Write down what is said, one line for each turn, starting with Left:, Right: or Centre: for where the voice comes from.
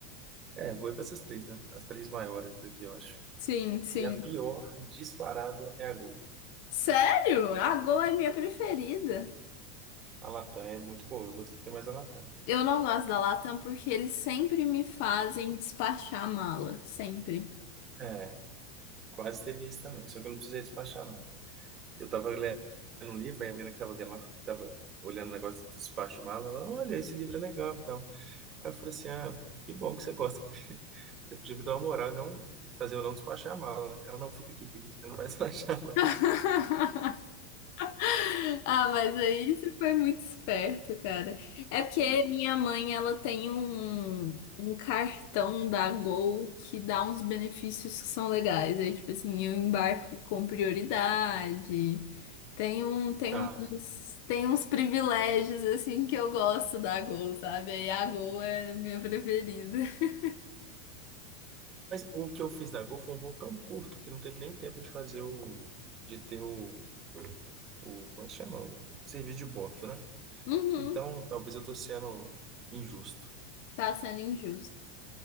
Right: É, voei com essas três, né? As três maiores aqui, eu acho.
Left: Sim, sim.
Right: E a pior disparado é a Gol.
Left: Sério? A Gol é minha preferida.
Right: A Latam é muito boa, eu gostei mais da Latam.
Left: Eu não gosto da Latam porque eles sempre me fazem despachar a mala, sempre.
Right: É, Quase teve isso também, só que eu não precisei despachar, não. Eu tava lendo um livro, aí a menina que tava vendo lá, tava olhando o negócio do despacho mala, ela, olha, esse livro é legal e tal. Aí eu falei assim, ah, que bom que você gosta, porque <laughs> você podia me dar uma moral e não fazer eu não despachar a mala, né? Ela, não, fica aqui, fica aqui, você não vai <laughs> despachar, não.
Left: <laughs> <laughs> Ah, mas aí você foi muito esperto, cara. É porque
Right: É.
Left: minha mãe, ela tem um, um cartão da Gol que dá uns benefícios que são legais. Aí, tipo assim, eu embarco com prioridade. Tem um, tem
Right: Ah,
Left: uns, tem uns privilégios, assim, que eu gosto da Gol, sabe? Aí a Gol é minha preferida. <laughs>
Right: mas o que eu fiz da Gol foi um voo tão curto que não teve nem tempo de fazer o, de ter o, o, como é que chama? O serviço de bordo, né?
Left: Uhum,
Right: Então, talvez eu tô sendo injusto,
Left: tá sendo injusto.